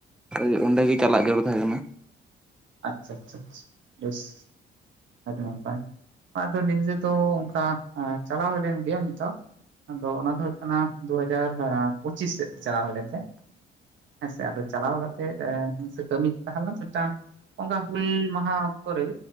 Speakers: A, in the centre; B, on the right.
A: ᱦᱳᱭ ᱚᱸᱰᱮᱜᱮ ᱪᱟᱞᱟᱜ ᱡᱟᱹᱨᱩᱲ ᱛᱟᱦᱮᱸ ᱠᱟᱱᱟ
B: ᱟᱪᱪᱷᱟ ᱟᱪᱪᱷᱟᱷᱟ ᱵᱮᱥ ᱟᱹᱰᱤ ᱱᱟᱯᱟᱭ ᱟᱫᱚ ᱱᱮᱚ ᱚᱱᱠᱟ ᱪᱟᱞᱟᱣ ᱦᱩᱭ ᱞᱮᱱ ᱜᱮᱭᱟ ᱢᱤᱫ ᱫᱷᱟᱣ ᱟᱫᱚ ᱚᱱᱟ ᱫᱚ ᱦᱩᱭᱩᱜ ᱠᱟᱱᱟ ᱫᱩ ᱦᱟᱡᱟᱨ ᱯᱚᱸᱪᱤᱥ ᱥᱮᱫ ᱛᱮ ᱪᱟᱞᱟᱣ ᱦᱩᱭ ᱞᱮᱱ ᱛᱟᱦᱮᱸ ᱦᱮᱸᱥᱮ ᱟᱫᱚ ᱪᱟᱞᱟᱣ ᱠᱟᱛᱮᱫ ᱠᱟᱹᱢᱤ ᱛᱟᱦᱮᱞᱮᱱᱟ ᱢᱤᱫᱴᱟᱝ ᱚᱱᱠᱟ ᱦᱩᱞ ᱢᱟᱦᱟ ᱚᱠᱛᱚᱨ ᱨᱮ